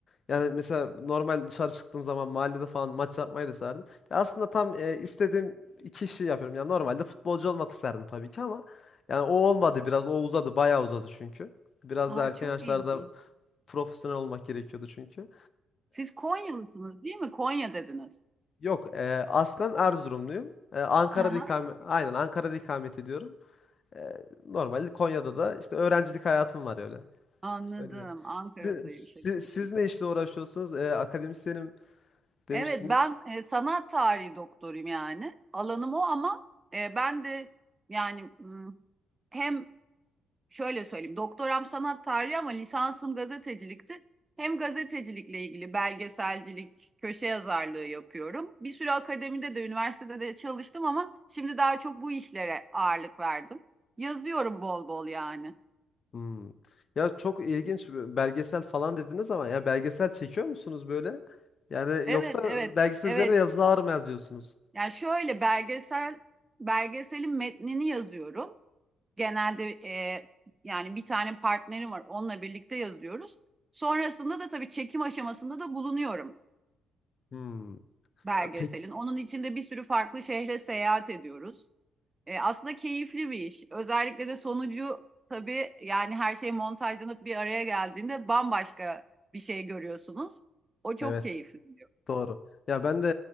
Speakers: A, on the left; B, on the right.
A: Yani mesela normal dışarı çıktığım zaman mahallede falan maç yapmayı da isterdim. Ya aslında tam e, istediğim iki işi yapıyorum. Yani normalde futbolcu olmak isterdim tabii ki ama yani o olmadı biraz. O uzadı, bayağı uzadı çünkü. Biraz
B: Aa,
A: da erken
B: çok
A: yaşlarda
B: ilginç.
A: profesyonel olmak gerekiyordu çünkü.
B: Siz Konyalısınız değil mi? Konya dediniz.
A: Yok, e, aslen Erzurumluyum. E, Ankara'da
B: Aha,
A: ikamet, aynen Ankara'da ikamet ediyorum. E, normalde Konya'da da işte öğrencilik hayatım var öyle.
B: anladım.
A: Öyle de.
B: Ankara'dayım
A: Siz, siz,
B: şaşırdım.
A: siz ne işle uğraşıyorsunuz? E, akademisyenim demiştiniz.
B: Evet ben e, sanat tarihi doktoruyum yani. Alanım o ama e, ben de yani hmm, hem şöyle söyleyeyim. Doktoram sanat tarihi ama lisansım gazetecilikti. Hem gazetecilikle ilgili belgeselcilik, köşe yazarlığı yapıyorum. Bir süre akademide de üniversitede de çalıştım ama şimdi daha çok bu işlere ağırlık verdim. Yazıyorum bol bol yani.
A: Hmm. Ya çok ilginç belgesel falan dediniz ama ya belgesel çekiyor musunuz böyle? Yani
B: Evet,
A: yoksa
B: evet,
A: belgesel
B: evet.
A: üzerine yazılar mı yazıyorsunuz?
B: Yani şöyle belgesel belgeselin metnini yazıyorum. Genelde e, yani bir tane partnerim var. Onunla birlikte yazıyoruz. Sonrasında da tabii çekim aşamasında da bulunuyorum.
A: Hmm.
B: belgeselin.
A: Ya Peki,
B: Onun içinde bir sürü farklı şehre seyahat ediyoruz. E, aslında keyifli bir iş. Özellikle de sonucu tabii yani her şey montajlanıp bir araya geldiğinde bambaşka bir şey görüyorsunuz. O çok
A: evet,
B: keyifli. diyor.
A: doğru. Ya ben de